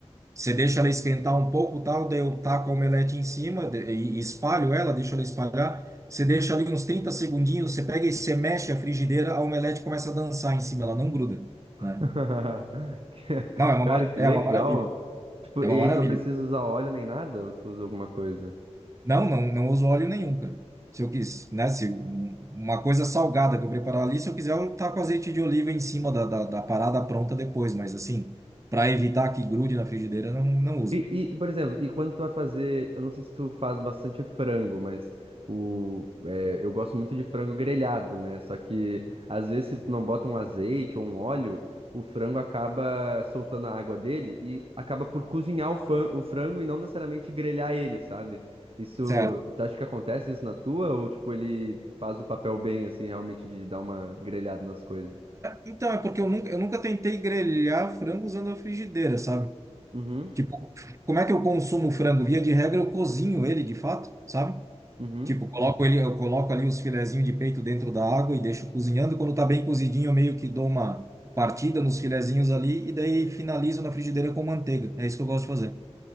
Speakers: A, on the right; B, on the right.
A: Você deixa ela esquentar um pouco, tal, daí eu taco a omelete em cima de- e e espalho ela, deixo ela espalhar. Você deixa ali uns 30 segundinhos, você pega e você mexe a frigideira, a omelete começa a dançar em cima, ela não gruda, né?
B: <laughs> Que-
A: Não, é uma,
B: Cara,
A: mar-
B: que
A: é
B: legal.
A: uma maravilha.
B: Tipo,
A: É
B: e
A: uma
B: aí
A: maravilha.
B: tu não precisa usar óleo nem nada? Ou tu usa alguma coisa?
A: Não, não, não uso óleo nenhum, cara. Se eu quis, né? Se um- uma coisa salgada que eu preparar ali, se eu quiser, eu taco azeite de oliva em cima da, da, da parada pronta depois, mas assim, para evitar que grude na frigideira, não, não uso.
B: E, e, por exemplo, e quando tu vai fazer, eu não sei se tu faz bastante frango, mas o, é, eu gosto muito de frango grelhado, né? Só que às vezes se tu não bota um azeite ou um óleo, o frango acaba soltando a água dele e acaba por cozinhar o, fran- o frango e não necessariamente grelhar ele, sabe? Isso,
A: Certo.
B: tu acha que acontece isso na tua ou tipo ele faz o papel bem assim, realmente de dar uma grelhada nas coisas?
A: Então, é porque eu nunca, eu nunca tentei grelhar frango usando a frigideira, sabe?
B: Uhum,
A: Tipo, como é que eu consumo o frango? Via de regra, eu cozinho ele de fato, sabe?
B: uhum,
A: Tipo, coloco ele, eu coloco ali os filezinhos de peito dentro da água e deixo cozinhando. Quando tá bem cozidinho, eu meio que dou uma partida nos filezinhos ali e daí finalizo na frigideira com manteiga. É isso que eu gosto de fazer.